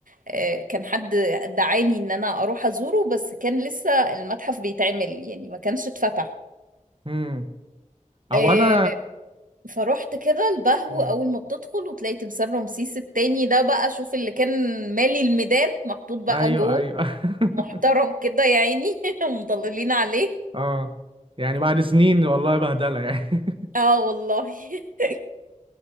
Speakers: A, on the right; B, on the right.
A: آه، كان حد دعاني ان انا اروح ازوره بس كان لسه المتحف بيتعمل يعني ما كانش اتفتح
B: مم. او
A: آه،
B: انا
A: فروحت كده البهو
B: مم.
A: اول ما بتدخل وتلاقي تمثال رمسيس التاني ده بقى شوف اللي كان مالي الميدان محطوط بقى
B: ايوه
A: جوه
B: ايوه <laughs>
A: محترم كده يا عيني <laughs> ومضللين عليه
B: اه يعني بعد سنين والله بهدلة يعني <laughs>
A: اه والله <laughs>